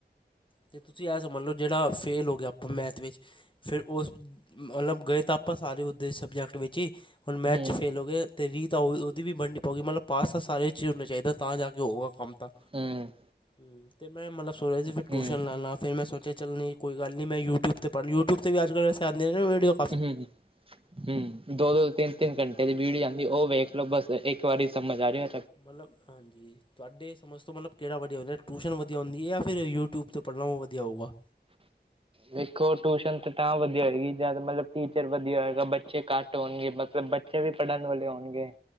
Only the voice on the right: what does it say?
ਹਮ
ਹੂੰ।
ਹਮ
ਹੂੰ, ਹੂੰ ਦੋ-ਦੋ, ਤਿੰਨ-ਤਿੰਨ ਘੰਟੇ ਦੀ ਵੀੜੀ ਆਂਦੀ ਓ ਵੇਖ ਮਲਬ ਬੱਸ ਏਕ ਵਾਰੀ ਸਮਝ ਆਰੇਆ
ਵੇਖੋ ਟੂਸ਼ਨ ਤੇ ਤਾਂ ਵਦੀਆ ਹੋਏਗੀ ਜਾਂ ਮਲਬ ਟੀਚਰ ਵਦੀਆ ਹੋਏਗਾ ਬ ਬੱਚੇ ਘਾੱਟ ਹੋਨਗੇ ਮਤਲਬ ਬੱਚੇ ਵੀ ਪੜ੍ਹਨ ਵਾਲੇ ਹੋਣਗੇ,